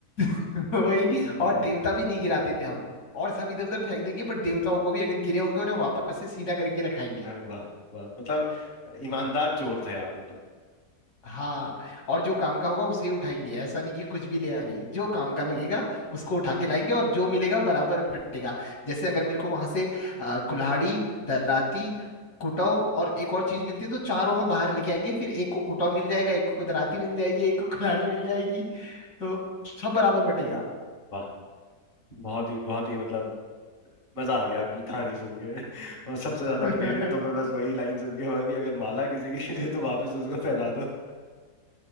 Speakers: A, on the left; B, on the left.
A: <laughs> वही
B: <laughs>
A: और
B: वाह
A: देवता भी नहीं गिराते थे हम और सब इधर उधर फेंक देंगे बट देवताओं को भी अगर गिरे होंगे उन्हें वापस से सीधा करके रखाएंगे
B: हाँ, वाह वाह मतलब ईमानदार चोर थे आप
A: हाँ और जो काम का होगा उसे ही उठाएंगे ऐसा नहीं कि कुछ भी ले आ रहे जो काम का लगेगा उसको उठा के लाएंगे और जो मिलेगा बराबर बटेगा जैसे अगर मेरे को वहां से अ, कुल्हाड़ी दराती कुटाव और एक और चीज मिलती है तो चारों हम बाहर लेके आएंगे फिर एक को कुटाव मिल जाएगा एक को दराती मिल जाएगी एक को कुल्हाड़ी मिल जाएगी तो सब बराबर बटेगा
B: वाह बहुत ही बहुत ही मतलब मजा आ गया आपकी कहानी सुन के <laughs> और सबसे ज्यादा
A: <laughs>
B: प्रेरित तो मैं बस वही लाइन सुन के हुआ कि अगर माला किसी की गिरी है तो वापस उसको पहना दो <laughs>